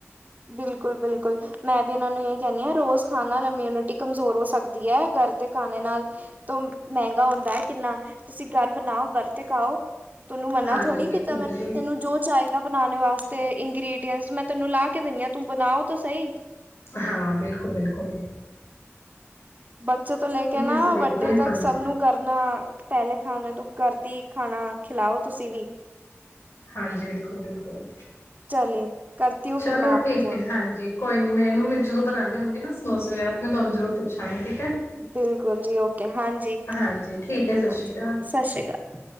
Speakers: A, on the right (about 35°); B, on the left (about 60°).
A: ਬਿਲਕੁਲ-ਬਿਲਕੁਲ ਮੈਂ ਵੀ ਇਹਨਾਂ ਨੂੰ ਇਹ ਕਹਿੰਦੀ ਹਾਂ ਰੋਜ਼ ਖਾਣ ਨਾਲ ਇਮਿਊਨਿਟੀ ਕਮਜ਼ੋਰ ਹੋ ਸਕਦੀ ਹੈ। ਘਰ ਦੇ ਖਾਣੇ ਨਾਲ ਮਹਿੰਗਾ ਹੁੰਦਾ ਹੈ, ਕਿੰਨਾ। ਤੁਸੀਂ ਘਰ ਬਣਾਓ, ਘਰ ਤੇ ਖਾਓ। ਤੋਨੂੰ ਮੰਨਾ
B: ਹਾਂਜੀ
A: ਥੋੜੀ
B: ਬਿਲਕੁਲ
A: ਕੀਤਾ ਮੈਂ,
B: ਬਿਲਕੁਲ
A: ਤੈਨੂੰ ਜੋ ਚਾਹੀਦਾ ਬਣਾਣੇ ਵਾਸਤੇ ਤੇ ਇੰਗਰੀਡੀਅਂਟਸ ਮੈ ਤੈਨੂੰ ਲਾ ਕੇ ਦਿੰਨੀ ਆ। ਤੂੰ ਬਣਾਓ ਤੋ ਸਹੀ।
B: ਹਾਂ, ਬਿਲਕੁਲ- ਬਿਲਕੁਲ ।
A: ਬੱਚੇ ਤੋਂ, ਲੈ ਕੇ ਨਾ,
B: ਅਸੀਂ ਦੇਖਦੇ
A: ਵੱਡੇ
B: ਹਾਂ
A: ਤੱਕ
B: ਹਾਂਜੀ
A: ਸਭ ਨੂੰ ਕਰਨਾ ਪਹਿਲੇ ਖਾਣੇ ਤੋਂ, ਘਰਦੀ ਖਾਣਾ ਖਿਲਾਓ ਤੁਸੀਂ ਵੀ
B: ਹਾਂਜੀ, ਬਿਲਕੁਲ- ਬਿਲਕੁਲ।
A: ਚੱਲੇ ਕਰਤੀ ਹੂੰ,
B: ਚਲੋ
A: ਫਿਰ ਮੈਂ ਆਪ
B: ਠੀਕ
A: ਕੋ ਫੋਨ।
B: ਹੈ ਹਾਂਜੀ ਕੋਈ ਨੀ, ਮੈਂ ਇਹਨੂੰ ਮ ਜਦੋਂ ਬਨਾਨੇ ਹੋਨਗੇ ਨਾ ਸਮੋਸੇ ਵਗੈਰਾ, ਮੈਂ ਤੁਹਾਨੂੰ ਜਰੂਰ ਪੁੱਛਾਂਗੀ ਠੀਕ। ਹੈ
A: ਬਿਲਕੁਲ ਜੀ, ਓਕੇ, ਹਾਂਜੀ-
B: ਹਾਂਜੀ ਠੀਕ ਹੈ ਸਤਿ ਸ਼੍ਰੀ
A: ਹਾਂਜੀ।
B: ਅਕਾਲ
A: ਸਸਿ ਸ੍ਰੀ ਕਾਲ।